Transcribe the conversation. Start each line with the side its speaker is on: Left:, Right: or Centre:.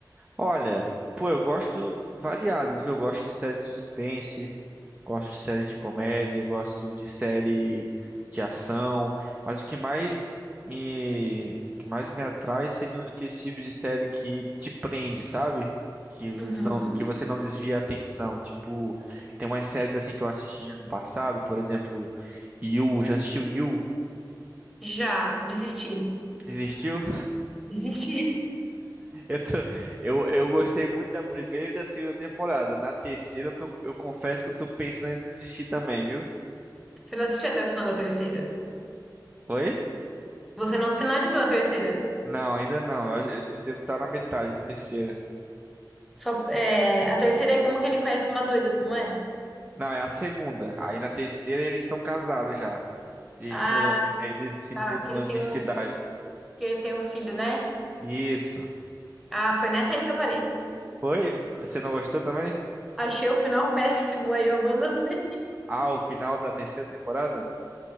Right: Olha, pô, eu gosto variadas, viu? Eu gosto de série de suspense, gosto de série de comédia, gosto de série de ação, mas o que mais me, o que mais me atrai seriam aqueles tipos de série que te prende, sabe? Que
Centre: Uhum.
Right: não, que você não desvia a atenção. Tipo, tem umas séries assim que eu assisti no passado, por exemplo, You, já assistiu You?
Centre: Já, desisti.
Right: Existiu?
Centre: Desisti.
Right: Eu, tô- eu, eu gostei muito da primeira e da segunda temporada. Na terceira, eu, tô- eu confesso que eu tô pensando em desistir também, viu?
Centre: <laughs> Você não assistiu até o final da terceira?
Right: Oi?
Centre: Você não finalizou a terceira?
Right: Não, ainda não. Eu, eu- eu devo estar na metade da terceira.
Centre: Só, é, a terceira é uma que ele conhece uma doida, não é?
Right: Não, é a segunda. Aí na terceira eles estão casados já. E
Centre: Ah,
Right: se mudam, eles se
Centre: tá.
Right: mudam
Centre: Que ele tem
Right: de cidade.
Centre: um, que ele tem um filho, né?
Right: Isso.
Centre: Ah, foi nessa aí que eu parei.
Right: Foi? Você não gostou também?
Centre: Achei o final <laughs> péssimo, aí eu abandonei.
Right: Ah, o final da terceira temporada?